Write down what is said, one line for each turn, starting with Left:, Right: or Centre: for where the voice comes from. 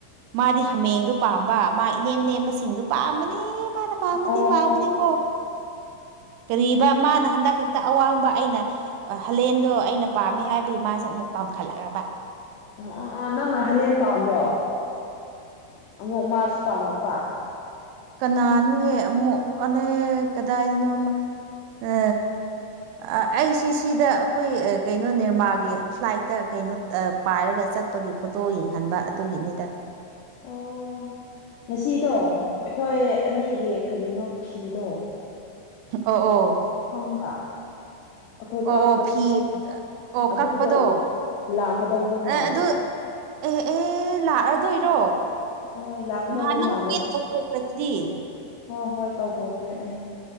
Right: ꯃꯥꯗꯤ ꯍꯥꯃꯦꯡꯗꯣ ꯄꯥꯝꯕ ꯃꯥ ꯏꯅꯦꯝ ꯅꯦꯝꯕ ꯁꯤꯡꯗꯨ ꯄꯥꯝꯕꯅꯤ ꯃꯥꯅ ꯄꯥꯝꯕꯗꯤ
Left: ꯑꯣ
Right: ꯄꯥꯕꯗꯤꯀꯣ
Left: ꯑꯣ
Right: ꯀꯔꯤꯕ ꯃꯥꯅ ꯍꯟꯗꯛ ꯈꯛꯇ ꯑꯋꯥꯡꯕ ꯑꯩꯅ ꯑ ꯍꯂꯦꯟꯗꯣ ꯑꯩꯅ ꯄꯥꯝꯃꯦ ꯍꯥꯏꯕꯒꯤ ꯃꯥꯁꯨ ꯑꯃꯨꯛ ꯄꯥꯝꯈꯠꯂꯛꯑꯕ
Left: ꯑꯣ ꯑꯣ ꯑꯣ ꯅꯪꯅ ꯍꯂꯦꯟ ꯄꯥꯝꯕ꯭ꯔꯣ ꯑꯃꯨꯛ ꯃꯥꯁꯨ ꯄꯥꯝꯃꯛꯄꯥ
Right: ꯀꯅꯥꯅꯣꯍꯦ ꯑꯃꯨꯛ ꯑꯂꯦ ꯀꯗꯥꯏꯗꯅꯣꯃ ꯑ ꯑ ꯑꯩꯁꯤ ꯁꯤꯗ ꯑꯈꯣꯏ ꯀꯩꯅꯣ ꯅꯦꯔꯃꯥꯒꯤ ꯐ꯭ꯂꯥꯏꯠꯇ ꯀꯩꯅꯣ ꯑ ꯄꯥꯏꯔꯒ ꯆꯠꯄꯒꯤ ꯐꯣꯇꯣ ꯌꯦꯡꯍꯟꯕ ꯑꯗꯨꯒꯤꯅꯤꯗ
Left: ꯑꯣ ꯉꯁꯤꯗꯣ ꯑꯩꯈꯣꯏ ꯑꯅꯤ ꯑꯦ ꯀꯔꯤꯅꯣ ꯐꯤꯗꯣ
Right: ꯑꯣ ꯑꯣ
Left: ꯈꯪꯕ꯭ꯔ ꯑꯩꯈꯣꯏ
Right: ꯑꯣ
Left: ꯀꯛꯄ
Right: ꯑꯣ ꯐꯤ ꯑꯣ
Left: ꯑ ꯑꯗꯨꯗꯣ
Right: ꯀꯛꯄꯗꯣ
Left: ꯂꯥꯛꯀꯗꯧꯕ ꯃꯥꯜꯂꯦ
Right: ꯑꯦ ꯑꯗꯨ ꯑꯦ ꯑꯦ ꯂꯥꯛꯑꯗꯨꯏꯔꯣ
Left: ꯍꯣꯏ ꯂꯥꯛꯀꯗꯧꯕ
Right: ꯅꯍꯥꯟ ꯅꯪ
Left: ꯃꯥꯜꯂꯦ
Right: <unintelligible>
Left: ꯍꯣꯏ ꯍꯣꯏ ꯇꯧꯊꯣꯛꯈ꯭ꯔꯦ ꯑꯩ